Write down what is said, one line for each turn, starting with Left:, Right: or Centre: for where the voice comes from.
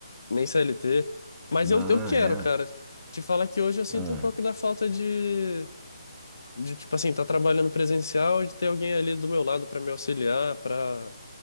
Left: nem CLT. Mas eu,
Centre: Ah,
Left: eu quero,
Centre: é.
Left: cara. Te falar que hoje eu sinto
Centre: Ah,
Left: um pouco da falta de, de tipo assim, tá trabalhando presencial, de ter alguém ali do meu lado pra me auxiliar, pra